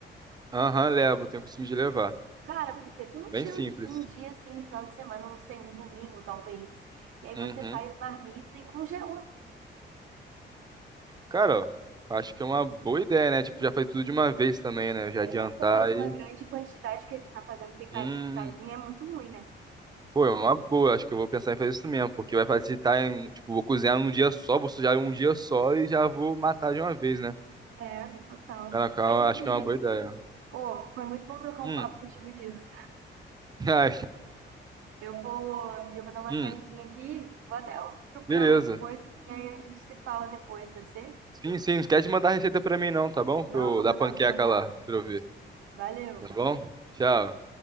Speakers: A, on the right; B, on the right.
A: Aham, levo, tenho o costume de levar.
B: Cara, porque tu não
A: Bem
B: tira
A: simples.
B: um di- um dia assim no final de semana, não sei, um domingo talvez. E aí você
A: Uhum.
B: faz marmita e congela.
A: Cara, acho que é uma boa ideia, né? Tipo, já foi tudo de uma vez também, né? Já
B: É,
A: adiantar
B: você faz uma
A: e.
B: grande quantidade, porque ficar fazendo picadinho,
A: Hum.
B: picadinho é muito ruim, né?
A: Pô, é uma boa. Acho que eu vou pensar em fazer isso mesmo, porque vai facilitar em. Tipo, vou cozinhar num dia só, vou sujar em um dia só e já vou matar de uma vez, né?
B: É, total.
A: Caraca, eu
B: Mas é
A: acho
B: que,
A: que é uma boa ideia.
B: pô, foi muito bom trocar
A: Hum.
B: um papo contigo disso.
A: <laughs> Ai.
B: Eu vou, eu vou dar uma
A: Hum.
B: saidinha aqui, vou até procurar
A: Beleza.
B: mais coisas e aí a gente se fala depois, pode ser?
A: Sim, sim. Não esquece de mandar a receita pra mim, não, tá bom?
B: Não,
A: Eu,
B: vou
A: da
B: mandar,
A: panqueca
B: vou mandar.
A: lá, pra eu ver.
B: Valeu.
A: Tá bom? Tchau.